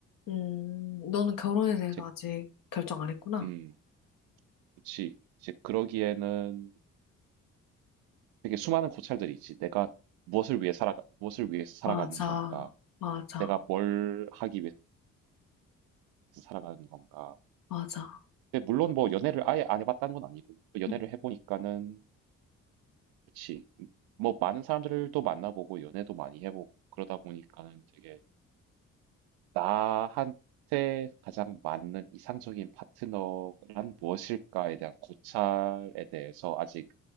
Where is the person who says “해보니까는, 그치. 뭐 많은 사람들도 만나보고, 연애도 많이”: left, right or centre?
Right